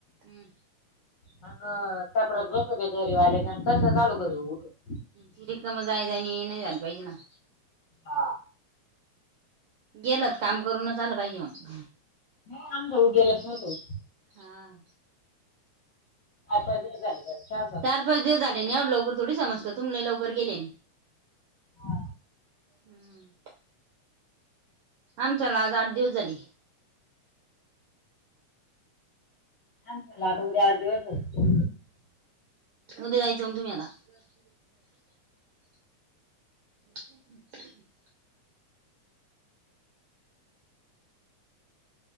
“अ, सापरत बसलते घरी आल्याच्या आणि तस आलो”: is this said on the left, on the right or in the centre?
Left